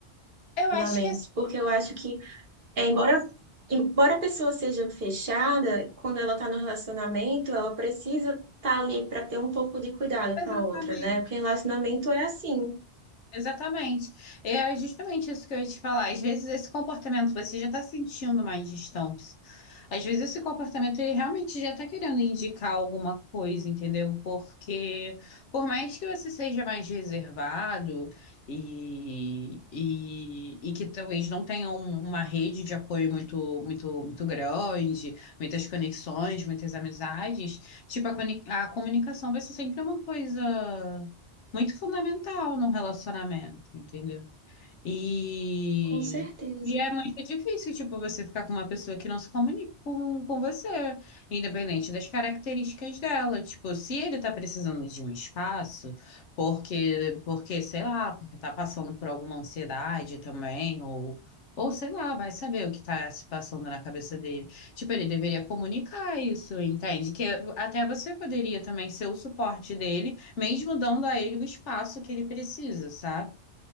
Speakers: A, on the left; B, on the right.
A: Eu
B: relacionamentos?
A: acho que é
B: Porque eu acho que, é, embora, embora a pessoa seja fechada, quando ela está no relacionamento, ela precisa estar ali para ter um pouco de cuidado
A: exatamente.
B: com a outra, né? Porque relacionamento é assim.
A: Exatamente. E é justamente isso que eu ia te falar. Às vezes esse comportamento você já está sentindo mais distante. Às vezes esse comportamento ele realmente já está querendo indicar alguma coisa, entendeu? Porque por mais que você seja mais reservado e, e, e que talvez não tenha um- uma rede de apoio muito, muito, muito grande, muitas conexões, muitas amizades, tipo a, coni- a comunicação vai ser sempre uma coisa muito fundamental num relacionamento, entendeu? E,
B: Com certeza.
A: e é muito difícil, tipo, você ficar com uma pessoa que não se comunica com, com você, independente das características dela. Tipo, se ele tá precisando de um espaço, porque, porque, sei lá, porque tá passando por alguma ansiedade também, ou, ou sei lá, vai saber o que tá se passando na cabeça dele. Tipo, ele deveria comunicar isso, entende? Que até você poderia também ser o suporte dele, mesmo dando a ele o espaço que ele precisa, sabe?